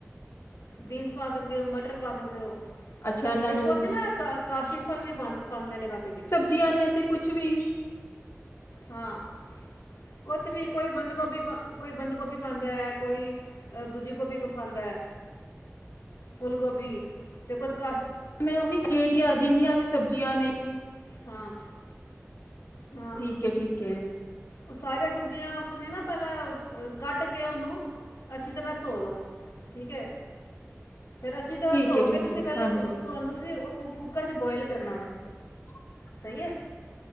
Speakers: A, on the left; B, on the left.
A: ਬੀਨਸ ਪਾ ਸਕਦੇ ਹੋ ਮਟਰ ਪਾ ਸਕ ਸਕਦੇ ਹੋ,
B: ਅੱਛਾ ਇਹਨਾਂ
A: ਤੇ
B: ਨੂੰ
A: ਕੁਛ ਨਾ ਇੱਕ ਕਾਸ਼ੀ ਫਲ ਵੀ ਪਾ ਪਾਉਂਦੇ ਨੇ। ਕੱਟ ਕੇ
B: ਸਬਜ਼ੀਆਂ ਨੇ ਅਸੀਂ ਕੁਛ ਵੀ
A: ਹਾਂ, ਕੁਛ ਵੀ ਕੋਈ ਬੰਦ ਗੋਭੀ, ਕੋਈ ਬੰਦ ਗੋਭੀ ਪਾਉਂਦਾ ਹੈ, ਕੋਈ ਦੂਜੀ ਗੋਭੀ ਪਾਉਂਦਾ ਹੈ। ਫੁੱਲ ਗੋਭੀ। ਅਤੇ ਕੁਛ
B: ਮੈ ਉਹੀ ਜਿਹੜੀਆਂ, ਜਿੰਨੀਆਂ ਵੀ ਸਬਜ਼ੀਆਂ ਨੇ
A: ਹਾਂ ਹਾਂ
B: ਠੀਕ ਹੈ ਠੀਕ। ਕੇ
A: ਉਹ ਸਾਰੀਆਂ ਸਬਜ਼ੀਆਂ ਤੁਸੀਂ ਨਾ ਪਹਿਲਾਂ, ਕੱਟ ਕੇ ਉਹਨੂੰ ਅੱਛੀ ਤਰ੍ਹਾਂ ਧੋ ਲਉ ਠੀਕ ਹੈ। ਫੇਰ ਅੱਛੀ ਤਰ੍ਹਾਂ
B: ਠੀਕ
A: ਧੋ
B: ਏ
A: ਕੇ
B: ਠੀਕ
A: ਤੁਸੀਂ
B: ਏ
A: ਪਹਿਲਾਂ
B: ਹਾਂਜੀ
A: ਤੁਹਾਨੂੰ ਤੁਸੀਂ ਕੁੱਕਰ ਚ ਬੋਇਲ ਕਰਨਾ ਵੇ।
B: <unintelligible>
A: ਸਹੀ ਹੈ,